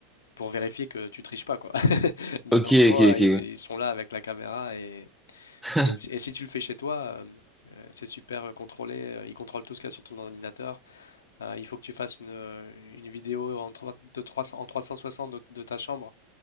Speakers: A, on the left (about 75°); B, in the centre.
A: pour vérifier que tu triches pas, quoi. <laughs> Donc
B: Ok,
A: en gros,
B: ok,
A: euh,
B: ok.
A: ils, ils sont là avec la caméra
B: <laughs>
A: Et, si et si tu le fais chez toi, euh, euh, c'est super euh, contrôlé. euh, Ils contrôlent tout ce qu'il y a sur ton ordinateur. Euh, il faut que tu fasses une, euh, une vidéo en, trois- de 300 en 360 de, de ta chambre